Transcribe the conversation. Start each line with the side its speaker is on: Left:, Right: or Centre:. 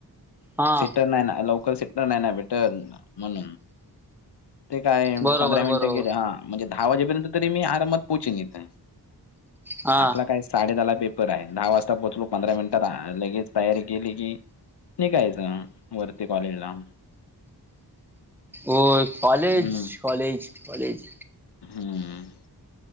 Centre: हा
Left: सिटर नाही ना लवकर सिट्टर नाही ना भेटत म्हणून ते काय
Centre: बरोबर
Left: पंधरा मिनिटं
Centre: बरोबर
Left: गेले हा म्हणजे दहा वाजेपर्यंत तरी मी आरामात पोहोचीन इथ
Centre: हा
Left: आपला काय साडे दहाला पेपर आहे दहा वाजता पोहलो पंधरा मिनिटात लगेच तयारी केली कि निघायचं वरती कॉलेज ला
Centre: ओय कॉलेज
Left: हम्म
Centre: कॉलेज कॉलेज
Left: हम्म